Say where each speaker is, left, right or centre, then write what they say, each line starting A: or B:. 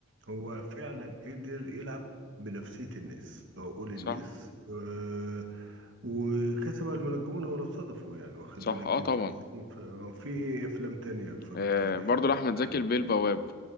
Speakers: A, on the right; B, on the left.
A: هو فعلا قدر يلعب بنفسيه الناس عقول الناس
B: صح
A: آه وكسب المنجمون ولا صدفوا يعني واخد
B: صح
A: بالك
B: اه
A: انت
B: طبعا
A: ازاي ف- آه، في ايه افلام تانية اتفرجت
B: آه
A: عليها
B: برضه لأحمد
A: حبيبي
B: زكي البيه البواب